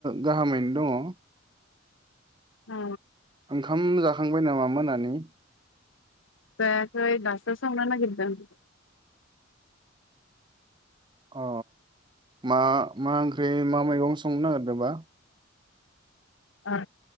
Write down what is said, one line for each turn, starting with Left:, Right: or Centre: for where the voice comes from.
Right: गाहामैनो दङ।
Left: आ
Right: ओंखाम जाखांबाय नामा मोनानि?
Left: जायाखै दासो संनो नागिरदों।
Right: अ मा मा ओंख्रि मा मैगं संनो नागिरदोंबा?
Left: ओ